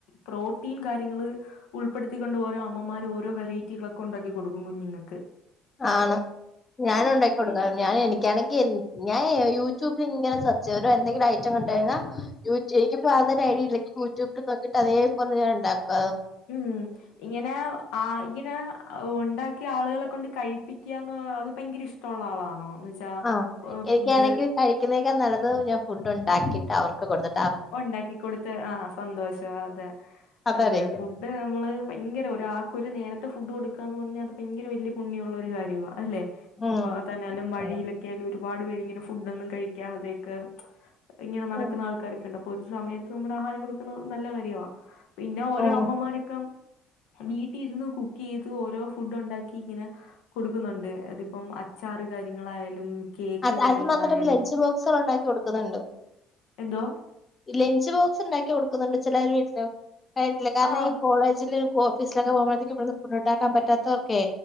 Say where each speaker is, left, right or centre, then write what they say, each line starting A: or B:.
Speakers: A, on the left (about 70°); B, on the left (about 30°).
A: പ്രോട്ടീൻ കാര്യങ്ങള് ഉൾപ്പെടുത്തിക്കൊണ്ട് ഓരോ അമ്മമാരും ഓരോ വെറൈറ്റികളൊക്കെ ഒണ്ടാക്കി കൊടുക്കും കുഞ്ഞിങ്ങക്ക്
B: ആണ് ഞാനൊണ്ടാക്കി കൊടുക്കാ-
A: ഈ-
B: ഞാൻ എനിക്കാണെങ്കി എ ഞാനേ യൂട്യൂബിൽ ഇങ്ങനെ സെർച്ചെയ്യും ഒരെന്തെങ്കിലും ഐറ്റം കണ്ടഴിഞ്ഞാ <unintelligible> അതേ പോലെ ഉണ്ടാക്ക
A: ഉം ഇങ്ങനെ ആ ഇങ്ങനെ ഒണ്ടാക്കിയ ആളുകളെ കൊണ്ട് കഴിപ്പിക്ക്യാന്ന് അത് ഭൈങ്കര ഇഷ്ട്ടൊള്ള ആളാണോ എന്ന് വെച്ചാ
B: ആ എനിക്കാണെങ്കി
A: ഫുഡ്
B: കഴിക്ക്ന്നേക്കാ നല്ലത് ഞാൻ ഫുഡോണ്ടാക്കിയിട്ട് അവർക്ക് കൊടുത്
A: ഒണ്ടാക്കി കൊടുത്ത് ആഹ് സന്തോഷം അതെ
B: അതായിരിക്കും
A: അതെ ഫുഡ് നമ്മള് ഭൈങ്കര ഒരാ- ഒരു നേരത്തെ ഫുഡ് കൊടുക്കാന്ന് പറഞ്ഞാ അത് ഭൈങ്കര വല്ല്യ പുണ്യോള്ളൊരു കാര്യവാ അല്ലെ
B: ഉം
A: ഇപ്പൊ തനാലും വഴിയിലൊക്ക്യാലും
B: അതെ
A: ഒരുപാട് പേരിങ്ങനെ ഫുഡോന്നും കഴിക്കാതേക്ക ഇങ്ങനെ നടക്കുന്ന
B: ഉം
A: ആൾക്കാര്- ട്ട്ണ്ട് പ്പൊരു സമയത്ത് നമ്മടെ ആഹാരം കൊടുക്കുന്നത് നല്ല കാര്യവാ. പിന്നെ ഓരോ
B: ഉം
A: അമ്മമാരൊക്ക വീട്ടീര്ന്ന് കുക്കെയ്ത് ഓരോ ഫുഡ് ഒണ്ടാക്കി ഇങ്ങനെ കൊടുക്കുന്നുണ്ട് അതിപ്പം അച്ചാറ് കാര്യങ്ങളായാലും. കേക്ക്
B: അത്
A: കാര്യങ്ങളായാലും
B: അത് മാത്രം ലഞ്ച് ബോക്സുൾ ഉണ്ടാക്കി കൊടുക്കുന്നുണ്ട്.
A: എന്തോ.
B: ലഞ്ച് ബോക്സ് ഇണ്ടാക്കി കൊടുക്കുന്നുണ്ട് ചെല വീട്ടില് കാരണം
A: ആഹ്.
B: ഈ കോളേജില്. ഓഫീസിലൊക്കെ പോവ്മ്പഴേത്തേക്കും ഇവട്ന്ന് ഫുഡ്ണ്ടാക്കാൻ പറ്റാത്തവർക്കെ